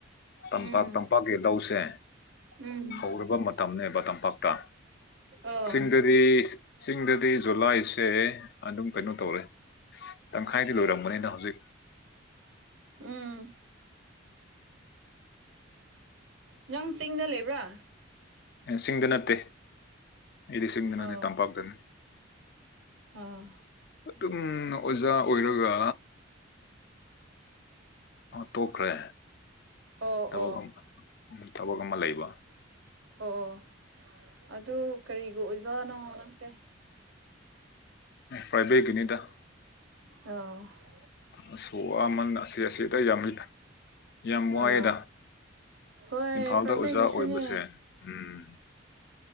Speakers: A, on the left; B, on the right.
A: ꯇꯝꯄꯥꯛ
B: ꯎꯝ
A: ꯇꯝꯄꯥꯛꯀꯤ ꯂꯧꯁꯦ
B: ꯎꯝ
A: ꯍꯧꯔꯕ ꯃꯇꯝꯅꯦꯕ ꯇꯝꯄꯥꯛꯇ
B: ꯑꯣ
A: ꯆꯤꯡꯗꯗꯤ ꯆꯤꯡꯗꯗꯤ ꯖꯨꯂꯥꯏꯁꯦ ꯑꯗꯨꯝ ꯀꯩꯅꯣ ꯇꯧꯔꯦ ꯇꯪꯈꯥꯏꯗꯤ ꯂꯣꯏꯔꯝꯕꯅꯤꯅ ꯍꯧꯖꯤꯛ
B: ꯎꯝ ꯅꯪ ꯆꯤꯡꯗ ꯂꯩꯕ꯭ꯔꯥ
A: ꯆꯤꯡꯗ ꯅꯠꯇꯦ ꯑꯩꯗꯤ ꯆꯤꯡꯗ ꯅꯠꯇꯦ
B: ꯑꯣ
A: ꯇꯝꯄꯥꯛꯇꯅꯤ
B: ꯑꯥ
A: ꯑꯗꯨꯝ ꯑꯣꯖꯥ ꯑꯣꯏꯔꯒ
B: <inaudible>
A: ꯇꯣꯛꯈ꯭ꯔꯦ
B: ꯑꯣ
A: ꯊꯕꯛ
B: ꯑꯣ
A: ꯑꯃ ꯊꯕꯛ ꯑꯃ ꯂꯩꯕ
B: ꯑꯣ ꯑꯗꯨ ꯀꯔꯤꯒ ꯑꯣꯏꯖꯥꯅꯣ ꯅꯪꯁꯦ
A: ꯐ꯭ꯔꯥꯏ ꯕꯦꯠꯀꯤꯅꯤꯗ
B: <unintelligible>
A: ꯑꯁꯨ ꯋꯥꯃꯟ ꯑꯁꯤ ꯑꯁꯤꯗ ꯌꯥꯝ ꯌꯥꯝ
B: ꯑꯥ
A: ꯋꯥꯏꯑꯦꯗ
B: ꯍꯣꯏ
A: ꯏꯝꯐꯥꯜꯗ
B: ꯄ꯭ꯔꯥꯏꯚꯦꯠꯀꯤꯁꯨꯅꯦ
A: ꯑꯣꯖꯥ ꯑꯣꯏꯕꯁꯦ ꯎꯝ